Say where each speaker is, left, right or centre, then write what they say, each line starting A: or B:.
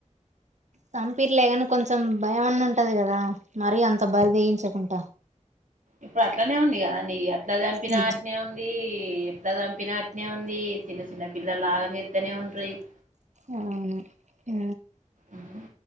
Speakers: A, on the right; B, on the right.
A: సంపిర్లేగని కొంచెం భయమన్న ఉంటది గదా మరీ అంత బరిదేగించకుంట
B: ఇప్పుడు అట్లనే ఉంది గద అండి అట్ల చంపినా
A: ఉ
B: అట్లనే ఉందీ ఎట్లా చంపిన అట్లనే ఉంది చిన్న చిన్న పల్లలాగ చెతేనే ఉంట్ ట్రైన్
A: ఔను ఊ
B: ఊమ్